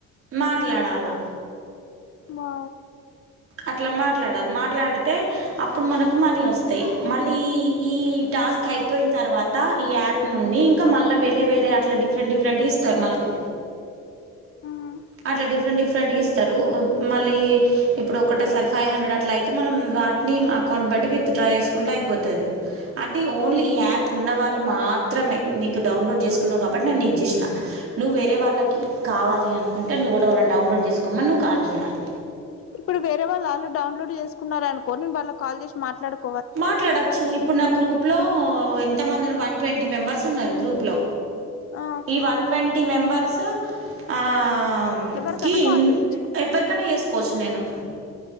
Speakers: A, on the right; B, on the left.
A: మాట్లాడాలా
B: మా
A: అట్లా మాట్లాడాలి మాట్లాడితే అప్పుడు మనకు మనీ వస్తాయి మళ్ళీ ఈ ఈ టాస్క్ అయిపోయిన తర్వాత ఈ యాప్ నుండి ఇంకా మళ్ళా వేరే వేరేయా అట్లా డిఫరెంట్ డిఫరెంట్ ఇస్తారు మనకు
B: మ్మ్
A: అట్లా డిఫరెంట్ డిఫరెంట్గా ఇస్తారు మళ్ళీ ఇప్పుడు ఒకటసారి ఫైవ్ హండ్రెడ్ అట్లా అయితే మనం వాటిని అకౌంట్ బట్టి విత్ డ్రా చేసుకుంటే అయిపోతుంది అది ఓన్లీ యాప్ ఉన్న వాళ్ళు మా మాత్రమే నీకు డౌన్లోడ్ చేసుకున్నావు కాబట్టి నేను నీకు చేసిన నువ్వు వేరే వాళ్ళకి కావాలి అను కుంటే నువ్వు కూడా వాళ్ళని డౌన్లోడ్ చేసుకోమని నువ్వు కాల్ చేయాలి
B: ఇప్పుడు వేరే వాళ్ళ ఆళ్ళు డౌన్లోడ్ చేసుకున్నన్నారు అనుకో నేను వాళ్ళకు కాల్ చేసి మాట్లాడక్
A: మాట్లాడచ్చు ఇప్పుడు నా గ్రూప్ లో ఎంతమంది వన్ ట్వంటీ మెంబర్స్ ఉన్నరు గ్రూప్ లో
B: ఆ
A: ఈ వన్ ట్వంటీ మెంబర్స్ ఆ అమ్
B: ఎవరికన్నా
A: కీ
B: కాల్ చేయొచ్చు
A: ఎవరికన్నా చేసుకోవచ్చు నేను